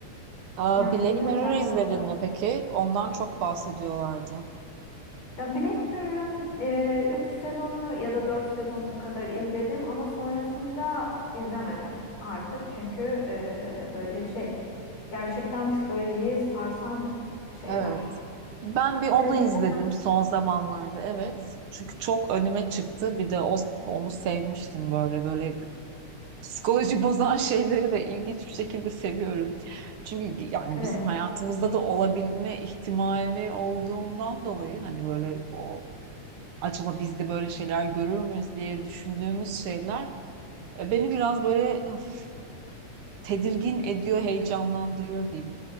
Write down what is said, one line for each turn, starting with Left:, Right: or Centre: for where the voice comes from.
Right: Aa,
Left: Yani
Right: Black
Left: bilmiyorum
Right: Mirror
Left: sende
Right: izledin
Left: nasıl?
Right: mi peki? Ondan çok bahsediyorlardı.
Left: Ya Black Mirror'ın e, 3 sezonunu ya da 4 sezonunu kadar izledim ama sonrasında izlemedim artık. Çünkü e, böyle şey gerçekten psikolojiyi sarsan şeyler.
Right: Evet. Ben bir onu
Left: Sen izledin
Right: izledim
Left: mi?
Right: son zamanlarda evet. Çünkü çok önüme çıktı. Bir de o, onu sevmiştim böyle böyle psikoloji bozan <laughs> şeyleri de ilginç bir şekilde seviyorum. Çünkü yani
Left: Evet.
Right: bizim hayatımızda da olabilme ihtimali olduğundan dolayı hani böyle o acaba biz de böyle şeyler görür müyüz diye düşündüğümüz şeyler e, beni biraz böyle hafif tedirgin ediyor, heyecanlandırıyor diyeyim.